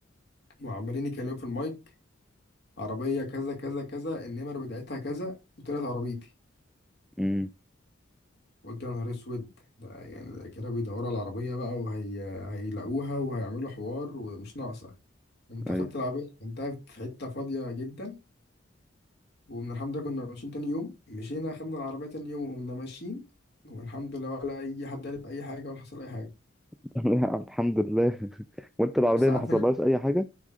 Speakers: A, on the left (about 55°); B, in the centre.
A: وعمالين يتكلموا في المايك عربيه كذا كذا كذا النمر بتاعتها كذا وطلعت عربيتي
B: امم
A: قلت يا نهار اسود ده يعني ده كده بيدوروا على العربيه بقى وهي هيلاقوها وهيعملوا حوار ومش ناقصه قمت اخدت
B: أيوه
A: العربيه كنتها في حته فاضيه جدا ومن الحمد لله كنا ماشيين تاني يوم مشينا خدنا العربيه تاني يوم وقمنا ماشيين والحمد لله ولا اي حد عرف اي حاجه ولا حصل اي حاجه
B: <laughs> لا الحمد لله <laughs> وانت العربية
A: بس عارف
B: ما حصلهاش
A: انت
B: اي حاجة